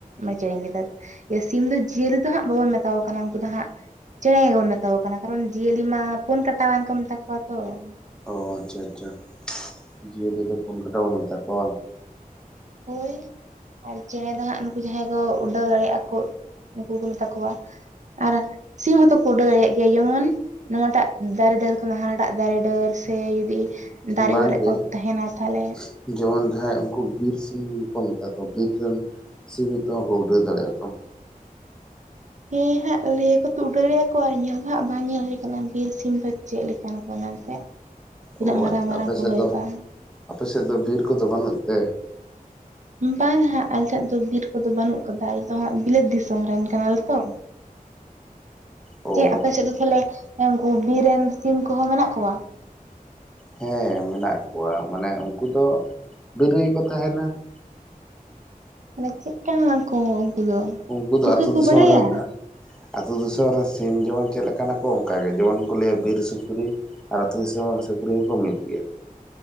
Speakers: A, on the right; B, in the centre.
A: ᱪᱮᱸᱬᱮᱧ ᱞᱮᱫᱟ ᱥᱤᱢ ᱫᱚ ᱡᱤᱭᱟᱹᱞᱤ ᱫᱚ ᱦᱟᱸᱜ ᱵᱟᱵᱚᱱ ᱢᱮᱛᱟᱠᱚ ᱠᱟᱱᱟ᱾ ᱩᱱᱠᱩ ᱫᱚ ᱦᱟᱸᱜ ᱪᱮᱸᱬᱮ ᱜᱮᱵᱚᱱ ᱢᱮᱛᱟ ᱠᱚ ᱠᱟᱱᱟ᱾ ᱠᱟᱨᱚᱱ ᱡᱤᱭᱟᱹᱞᱤ ᱢᱟ ᱯᱩᱱ ᱠᱟᱴᱟᱣᱟᱱ ᱠᱚ ᱢᱮᱛᱟ ᱠᱚᱣᱟ ᱛᱚ ᱾
B: ᱚ ᱟᱪᱪᱷᱟ ᱟᱪᱪᱷᱟ ᱾ ᱡᱤᱭᱟᱹᱞᱤ ᱫᱚ ᱯᱩᱱ ᱠᱟᱴᱟ ᱵᱚᱱ ᱢᱮᱠᱚᱣᱟ ᱵᱟᱝ ᱾
A: ᱦᱳᱭ ᱾ ᱟᱨ ᱪᱮᱸᱬᱮ ᱫᱚ ᱦᱟᱸᱜ ᱱᱩᱠᱩ ᱡᱟᱦᱟᱸᱭ ᱠᱚ ᱩᱰᱟᱹᱣ ᱫᱟᱲᱮᱭᱟᱜᱼᱟ ᱠᱚ ᱩᱱᱩᱠᱩ ᱠᱚ ᱢᱮᱛᱟ ᱠᱚᱣᱟ ᱾ ᱟᱨ ᱥᱤᱢ ᱦᱚᱸᱛᱚ ᱠᱚ ᱩᱰᱟᱹᱣ ᱫᱟᱲᱮᱭᱟᱜ ᱜᱮᱭᱟ ᱡᱮᱢᱚᱱ ᱱᱚᱣᱟᱴᱟᱜ ᱫᱟᱨᱮ ᱰᱟᱹᱨ ᱠᱷᱚᱱ ᱦᱟᱱᱟᱴᱟᱜ ᱫᱟᱨᱮ ᱰᱟᱹᱨ ᱥᱮ ᱡᱩᱫᱤ ᱫᱟᱨᱮ
B: ᱵᱟᱝ
A: ᱠᱚᱨᱮ
B: ᱜᱮ
A: ᱠᱚ ᱛᱟᱦᱮᱱᱟ
B: ᱾
A: ᱛᱟᱦᱚᱞᱮ
B: ᱡᱮᱢᱚᱱ ᱡᱟᱦᱟᱸᱭ ᱩᱱᱠᱩ ᱵᱤᱨ ᱥᱤᱢ ᱠᱚ ᱢᱮᱛᱟ ᱠᱚᱣᱟ ᱵᱤᱨ ᱨᱮᱱ ᱥᱤᱢ ᱛᱮᱦᱚ ᱛᱚ ᱠᱚ ᱩᱰᱟᱹᱣ ᱫᱟᱲᱮᱼᱟ ᱛᱚ ᱾
A: ᱦᱮᱸ ᱦᱟᱸᱜ ᱞᱟᱹᱭ ᱟᱠᱚ ᱛᱚ, ᱩᱰᱟᱹᱣᱭᱟ ᱠᱚ ᱟᱨ ᱧᱮᱞ ᱫᱚ ᱦᱟᱸᱜ ᱵᱟᱝ ᱧᱮᱞ ᱦᱩᱭ ᱟᱠᱟᱱᱟ᱾ ᱵᱤᱨ ᱥᱤᱢ ᱫᱚ ᱪᱮᱫ ᱞᱮᱠᱟ ᱱᱟᱠᱚ ᱢᱮᱱᱛᱮ ᱛᱤᱱᱟᱹᱜ
B: ᱚ
A: ᱢᱟᱨᱟᱝ
B: ᱟᱪᱪᱷᱟ
A: ᱢᱟᱨᱟᱝ
B: ᱟᱯᱮ
A: ᱠᱚ
B: ᱥᱮᱫ
A: ᱦᱩᱭᱩᱜᱼᱟ?
B: ᱫᱚ ᱟᱯᱮ ᱥᱮᱫ ᱫᱚ ᱵᱤᱨ ᱠᱚᱫᱚ ᱵᱟᱹᱱᱩᱜ ᱛᱮ?
A: ᱵᱟᱝ ᱦᱟᱸᱜ ᱟᱞᱮ ᱥᱮᱫ ᱫᱚ ᱵᱤᱨ ᱠᱚᱫᱚ ᱵᱟᱹᱱᱩᱜ ᱠᱟᱫᱟ᱾ ᱟᱞᱮ ᱫᱚ ᱦᱟᱸᱜ ᱵᱤᱞᱟᱹᱛ ᱫᱤᱥᱚᱢ ᱨᱮᱱ ᱠᱟᱱᱟᱞᱮ ᱛᱚ ᱾
B: ᱚ
A: ᱪᱮ ᱟᱯᱮ ᱥᱮᱫ ᱫᱚ ᱛᱟᱞᱚᱦᱮ ᱩᱱᱠᱩ ᱵᱤᱨ ᱨᱮᱱ ᱥᱤᱢ ᱠᱚᱦᱚᱸ ᱢᱮᱱᱟᱜ ᱠᱚᱣᱟ?
B: ᱦᱮᱸ ᱢᱮᱱᱟᱜ ᱠᱚᱣᱟ᱾ ᱢᱟᱱᱮ ᱩᱱᱠᱩ ᱫᱚ ᱵᱤᱨ ᱨᱮᱜᱮ ᱠᱚ ᱛᱟᱦᱮᱱᱟ ᱾
A: ᱢᱟᱱᱮ ᱪᱮᱫ ᱠᱟᱱ ᱟᱠᱚ ᱩᱱᱠᱩ ᱫᱚ?
B: ᱩᱱᱠᱩ ᱫᱚ
A: ᱛᱩᱠᱟᱹ
B: ᱟᱹᱛᱩ
A: ᱠᱚ
B: ᱫᱤᱥᱚᱢ
A: ᱵᱟᱲᱟᱭᱟ
B: ᱨᱮᱱ ᱟᱹᱛᱩ ᱫᱤᱥᱚᱢ ᱨᱮᱱ ᱥᱤᱢ ᱡᱮᱢᱚᱱ ᱪᱮᱫ ᱞᱮᱠᱟ ᱱᱟᱠᱚ ᱚᱱᱠᱟᱜᱮ ᱡᱮᱢᱚᱱ ᱠᱚ ᱞᱟᱹᱭᱟ ᱵᱤᱨ ᱥᱩᱠᱨᱤ ᱟᱨ ᱟᱹᱛᱩ ᱫᱤᱥᱚᱢ ᱥᱩᱠᱨᱤ ᱦᱚᱸᱠᱚ ᱢᱤᱫ ᱜᱮᱭᱟ᱾